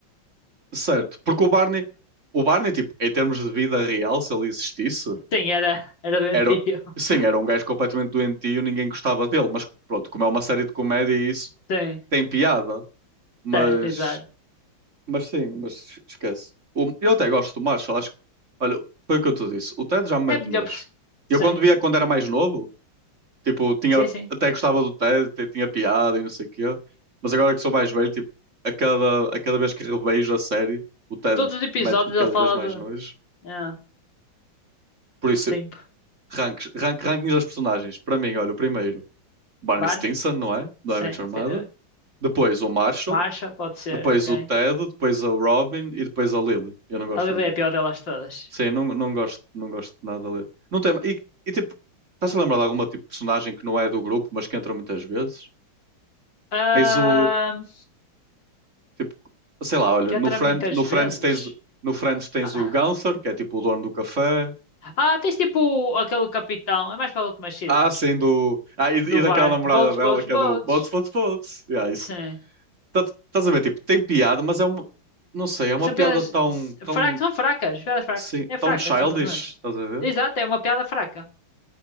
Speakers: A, on the right; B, on the left.
A: Certo, porque o Barney, o Barney, tipo, em termos de vida real, se ele existisse,
B: Sim, era, era doentio.
A: era,
B: <laughs>
A: sim, era um gajo completamente doentio, ninguém gostava dele, mas pronto, como é uma série de comédia, isso
B: Sim,
A: tem piada, mas,
B: certo, exato.
A: mas sim, mas esquece. O- eu até gosto do Marshall, acho que, olha, foi o que eu te disse, o Ted já me
B: É
A: mete
B: melhor.
A: nojo.
B: pers- Sim,
A: Eu quando via quando era mais novo, tipo, tinha,
B: sim, sim.
A: até gostava do Ted, até tinha piada e não sei o quê, mas agora que sou mais velho, tipo, a cada, a cada vez que revejo a série, o Ted
B: Todos os episódios
A: mete-me cada
B: ele fala
A: vez mais nojo.
B: de. É,
A: Por isso,
B: Stimp.
A: ranks, rank, rankings das personagens. Para mim, olha, o primeiro, Barney
B: Barney?
A: Stinson, não é? Do
B: Sim,
A: I Met Your
B: entendeu?
A: Mother. Depois o Marshall,
B: Marshall, pode ser,
A: depois
B: ok.
A: o Ted, depois o Robin e depois a Lily. Eu não gosto.
B: A Lily é a pior delas todas.
A: Sim, não, não gosto, não gosto de nada dele. Não tem, e, e tipo, estás a lembrar de alguma tipo, personagem que não é do grupo, mas que entra muitas vezes?
B: Ahn,
A: Tens o. Tipo, sei lá, olha,
B: que
A: no,
B: entra
A: Friend,
B: muitas
A: no
B: vezes.
A: Friends tens. No Friends tens
B: Ah,
A: o Gunther, que é tipo o dono do café.
B: ah, tens tipo aquele capitão, é mais para as últimas seasons.
A: Ah, sim, do. Ah, e, e
B: Do
A: daquela
B: bar,
A: namorada
B: de boats,
A: dela
B: boats,
A: que
B: boats.
A: é do Bots, Bots, Bots. Yeah, isso.
B: Sim.
A: tá- Estás a ver, tipo, tem piada, mas é uma, não sei, é uma
B: São
A: piada
B: piadas
A: tão,
B: s-
A: tão,
B: fracas, são fracas, piadas fracas.
A: assim,
B: É
A: tão
B: fraca,
A: childish,
B: simplesmente.
A: estás a ver?
B: Exato, é uma piada fraca.